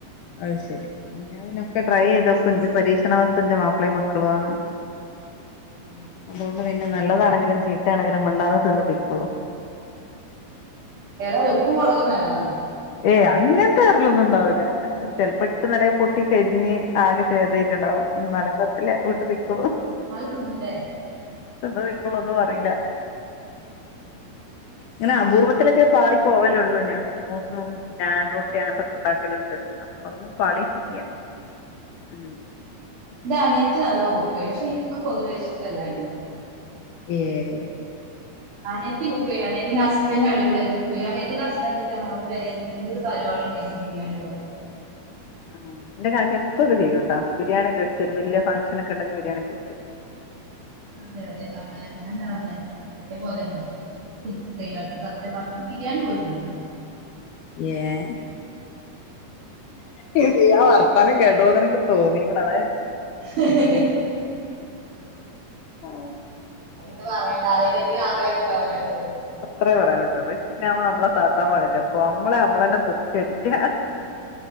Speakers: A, on the left; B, on the right.
A: അഹ് ശരി ഞാപിന്നൊക്കെ ട്രൈ ചെയ്തോക്ക
B: ഇണ്ടാക്കണ
A: എന്ത്
B: ഇഷ്ടല്ല
A: പരീക്ഷണ ഇതെന്റെ മാപ്പിളയുംമക്കളും ആണ്
B: ആഹ്
A: അതൊണ്ട്
B: അതുകൊണ്ട് സുഖാണല്ലോ
A: പിന്നെ നല്ലതാണെങ്കിലും ചീത്ത കുറ്റണെങ്കിലും മിണ്ടാതെ തിന്ന് പൊയ്ക്കോളും
B: ഏതായാലും ഉപ്പും മുളകും ഒന്നും ഏറാനാ
A: ഏയ് അങ്ങനത്തെ ഏറെലൊന്നും ല്ലൊന്നും ഉണ്ടാവുല ചെലപ്പോ എട്ട് നല്ല പൊട്ടി കരിഞ്ഞ് ആകെ ചെയ്ത.. ണ്ടാവും നടകത്തില്ല വീട്ട് വക്കോളൂ
B: നൽകുങ്ങലെ
A: ത് ഇപ്പോളൊന്നും പറീല്ല ങ്ങെന അപൂർവത്തിലൊക്കെ പാളി പോവലുള്ളൂ ഞാൻ ബോസും ഞാൻ റൊട്ടിയും അങ്ങനത്തെക്കെ ഇണ്ടാക്കലുണ്ട് അപ്പളൊന്നും പാളിട്ടില്ല ഉം
B: ന്റെ അനിയത്തി നല്ലോ കുക്കയ്യും പക്ഷെ എനിക്ക് പൊതുവെ ഇഷ്ടല്ല അയിനൊന്നും
A: ഏഹ്
B: അനിയത്തി കുക്കയും അനിത്തിന്റെ ഹസ്ബൻഡ് അടിപൊളിയി കുക്കയ്യും അനിയത്തിന്റെ ഹസ്ബൻഡ ഒക്കെെരെങ്കി പെരേല് എന്തൊരു പരിപാടി ഉണ്ടെങ്കിലും.. ബിരിയാണിക്ക വെക്കും
A: ആ ഇന്റെ കാക്ക കുക്കക്കെ ചെയ്യൂട്ടോ ബിരിയാണക്കെ വച്ച വരും വല ഫങ്ഷൻ ഒക്കെണ്ടെങ്കിൽ ബിരിയാണ ഒക്കെവച്ചുരും.
B: അതെ അതെ അങ്ങനെ ഞാ പർന്നെ അതേപോലെ തന്നെ <unintelligible> സത്യ പർഞ്ഞ ബിരിയാണി പോലുണ്ടാക്കാനറിയില്ല
A: യേഹ് ഹ് ഹ് യാവർത്താനം കേട്ടോനക്ക് തോന്നിയേക്കണം അത ഞാൻ ചെയ്യ
B: ഹ്ഹഹ്ഹ
A: ആ,
B: അത് പിന്നെ പറയണ്ട അറിയെങ്കിൽ അറിയാന്നല്ലെ പറയത്തുള്ളൂ
A: അത്രയേ പറയാൻ പറ്റുള്ളൂ പിന്നെ നമ്മള് നമ്മളെ താത്താൻ പാടില്ലേ അപ്പൊ നമ്മളെ നമ്മള തന്നെ പൊക്കി അടിക്ക